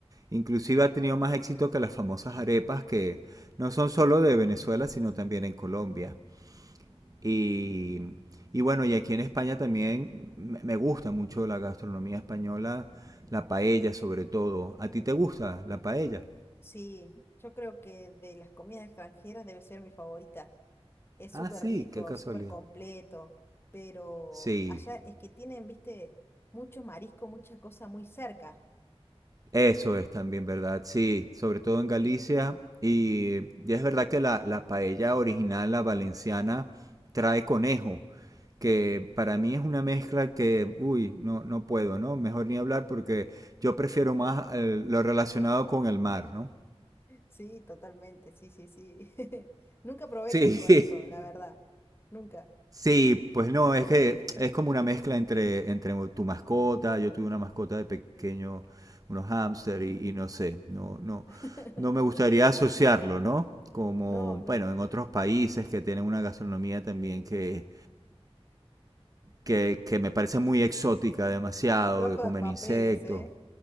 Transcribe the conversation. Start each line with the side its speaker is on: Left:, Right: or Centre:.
Right: Inclusive ha tenido más éxito que las famosas arepas que no son solo de Venezuela, sino también en Colombia. Y, y bueno, y aquí en España también me gusta mucho la gastronomía española, la paella sobre todo. ¿A ti te gusta la paella?
Left: Sí, yo creo que de las comidas extranjeras debe ser mi favorita. Es
Right: Ah,
Left: súper
Right: sí,
Left: rico,
Right: qué casualidad.
Left: súper completo, pero
Right: Sí,
Left: allá es que tienen, viste, mucho marisco, mucha cosa muy cerca.
Right: eso es también verdad, sí, sobre todo en Galicia. Y, y es verdad que la, la paella original, la valenciana, trae conejo, que para mí es una mezcla que, uy, no, no puedo, ¿no? Mejor ni hablar porque yo prefiero más eh, lo relacionado con el mar, ¿no?
Left: Sí, totalmente, sí, sí, sí. <laughs> Nunca probé
Right: Sí,
Left: con conejo,
Right: <laughs>
Left: la verdad. Nunca.
Right: Sí, pues no, es que es como una mezcla entre, entre tu mascota, yo tuve una mascota de pequeño, unos hámster y, y no sé, no, no,
Left: <laughs>
Right: no me gustaría asociarlo, ¿no? Como,
Left: No, no.
Right: bueno, en otros países que tienen una gastronomía también que, que, que me parece muy exótica demasiado,
Left: Flojo
Right: que comen
Left: de papeles,
Right: insectos.
Left: ¿eh?